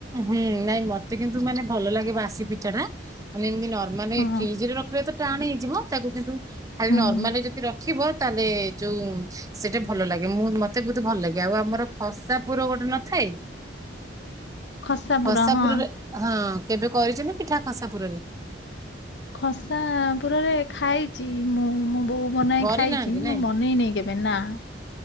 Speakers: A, on the right; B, on the left.
A: ହୁଁ ନାଇଁ ମତେ କିନ୍ତୁ ମାନେ ଭଲ ଲାଗେ। ବାସି ପିଠା ଟା ମାନେ ଏମତି ନର୍ମାଲ
B: ହଁ
A: ଫ୍ରିଜରେ ରଖିବ ତ ଟାଣ ହେଇଯିବ। ତାକୁ କିନ୍ତୁ ଖାଲି
B: ହୁଁ
A: ନର୍ମାଲରେ ଯଦି ରଖିବ- ତାହେଲେ ଯୋଉ ସେଇଟା ଭଲ ଲାଗେ। ମୁଁ ମତେ ବହୁତ ଭଲ ଲାଗେ। ଆଉ ଆମର ଖସା ପୁର ଗୋଟେ ନଥାଏ।
B: ଖସା ପୁର
A: ଖସାପୁରରେ
B: ହଁ।
A: ହଁ କେବେ କରିଛନ୍ତି ପିଠା ଖସାପୁରରେ।
B: ଖସା ପୁରରେ ଖାଇଛି। ମୁଁ ମୋ ବୋଉ ବନାଇ
A: କରିନାହାନ୍ତି
B: ଖାଇଛି ମୁଁ
A: ନାଇଁ
B: ବନେଇ ନେଇ କେବେ। ମେନା <inaudible>